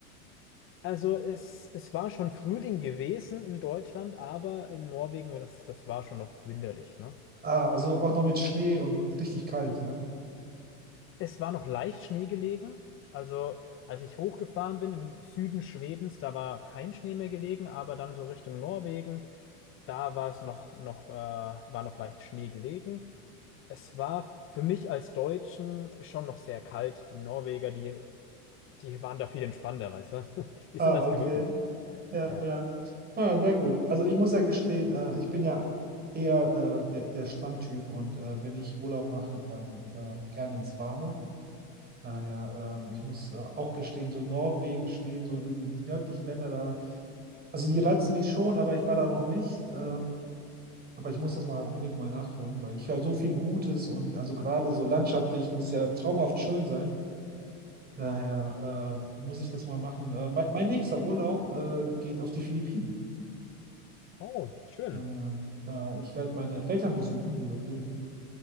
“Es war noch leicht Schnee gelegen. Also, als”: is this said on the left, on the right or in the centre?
Left